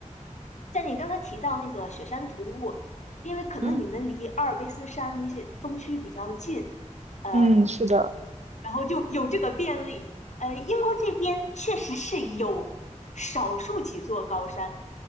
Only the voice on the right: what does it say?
嗯
嗯，是的，